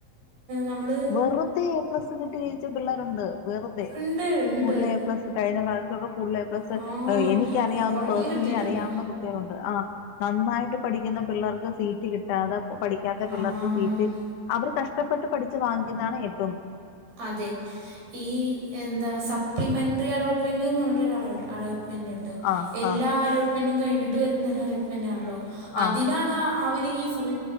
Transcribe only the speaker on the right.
നമ്മള്
ഉണ്ട് ഉണ്ട്
ആ
കുറേ
കിട്ടിയിട്ടുണ്ട്
ആ
അതെ ഈ എന്താ സപ്ലിമെന്ററി അലോട്ട്മെന്റ് എന്ന് പറഞ്ഞിട്ട് ഒരു അലോട്ട് മെന്റുണ്ട്
എല്ലാ
അലോട്ട്മെന്റും കഴിഞ്ഞിട്ട് വരുന്ന അലോട്ട്മെന്റാണല്ലോ അതിലാണ്
അ അവര് ഈ ഫുൾ